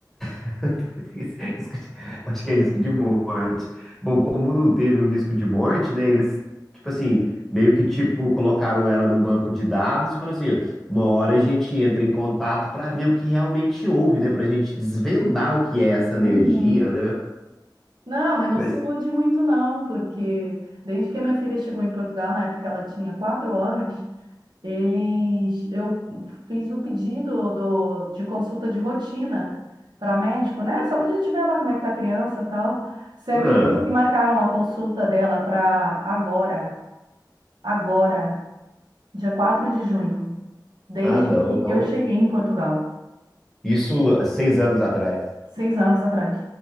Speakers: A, in the centre; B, on the right.
A: <laughs> Risco de- Acho que é risco de morte. Bom, como não teve o risco de morte, né? Eles, tipo assim, meio que tipo colocaram ela num banco de dados e falaram assim, uma hora a gente entra em contato para ver o que realmente houve, né? Pra gente desvendar o que é essa alergia,
B: Uhum.
A: né?
B: Não, mas não
A: Mas,
B: se ilude muito, não, porque desde que a minha filha chegou em Portugal, na época ela tinha quatro anos, Eles, eu fiz o pedido do, de consulta de rotina para médico, né? Só para a gente ver lá como é que tá a criança e tal. Você acredita
A: ah,
B: que marcaram a consulta dela para agora, agora, dia 4 de junho, desde
A: ah, não.
B: que
A: Então,
B: eu cheguei em Portugal,
A: isso há seis anos atrás.
B: seis anos atrás.